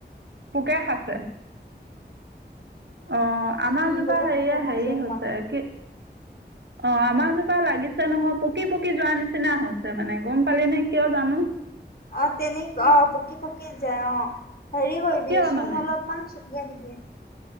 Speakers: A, on the right (about 80°); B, on the left (about 55°).
A: পোকে খাইছে। অ' আমাৰ
B: উম
A: জোপা
B: বহুত
A: এইয়া
B: পোকে খাইছে
A: হেৰি
B: একদম
A: হৈছে, কি অ' আমাৰ জোপা লাগিছে নহয়। পকি - পকি যোৱাৰ নিচিনা হৈছে মানে। গম পালিনে কিয় জানো?
B: অ' তেনেকুৱা- অ', পকি - পকি যায় অ'। হেৰি কৰিবি।
A: কিয়
B: চূন
A: মানে
B: অলপমান ছ দিয়া দি দিয়ে।